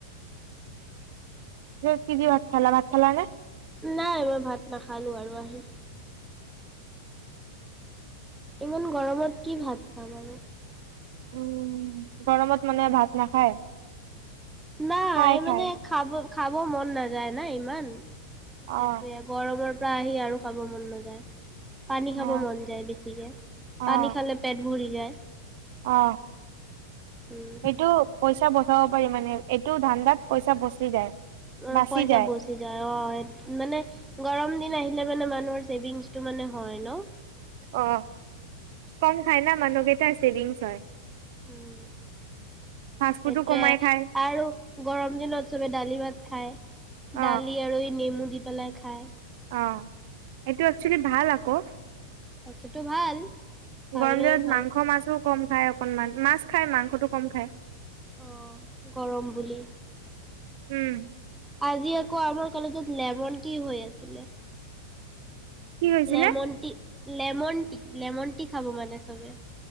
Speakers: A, on the right; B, in the centre.
A: কি দি ভাত খালা ভাত খালা নে?
B: নাই মই ভাত নাখালো আৰু আহি। ইমান গৰমত কি ভাত খাম আৰু।
A: উম গৰমত মানে ভাত নাখায়।
B: নাই
A: খাই খাই
B: মানে খাব খাব মন নাযায় না ইমান সেইটোৱে
A: অ
B: গৰমৰ পৰা আহি আৰু খাব মন নাযায় পানী
A: অ
B: খাব মন যায় বেছিকে
A: অ
B: পানী খালে পেট ভৰি যায়
A: অ
B: উম
A: সেইটো পইচা বচ চাব পাৰি মানে এইটো ধান্দাত পইচা বচি যায়
B: অ
A: বাচি
B: পইচা
A: যায়
B: বচি যায় অ মানে গৰম দিন আহিলে মানে মানুহৰ ছেভিংছ টো মানে হয় ন
A: অ কম খাই না মানুহ <unintelligible> ছেভিংছ হয়
B: উম
A: ফাষ্ট ফুডো
B: সেইটোৱে
A: কমাই খায়
B: আৰু গৰম দিনত চবে দালি ভাত খায়
A: অ
B: দালি আৰু এই নেমু দি পেলাই খায়
A: অ এইটো একচুৱেলি ভাল আকৌ
B: তাকেটো ভাল খাবলৈও
A: গৰম দিনত
B: ভাল
A: মাংস মাছো কম খাই অকনমান মাছ খাই, মাংসটো কম খায়।
B: অ' গৰম বুলি।
A: উম।
B: আজি আকৌ আমাৰ কলেজত লেমন কি হৈ আছিলে।
A: কি হৈছিলে
B: লেমন টিৰ লেমন টি, লেমন টি খাব মানে চবে